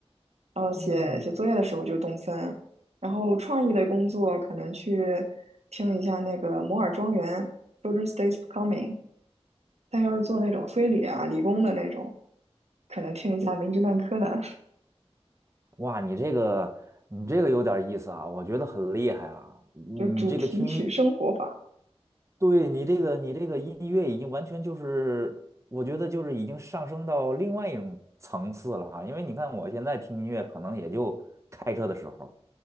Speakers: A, on the right; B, on the right.
A: 然后写写作业的时候就动森，
B: 嗯
A: 然后创意类工作可能去听一下那个摩尔庄园 （Children's d a y s c o m i n g 但要是做那种推理啊、理工的那种，可能听一下《名侦探柯南》，
B: 哇，你这个你这个有点意思啊，我觉得很厉害啊。你这个听音，
A: 就是主题曲生活法，
B: 对你这个你这个音乐已经完全就是，我觉得就是已经上升到另外一种层次了啊。因为你看我现在听音乐，可能也就开车的时候，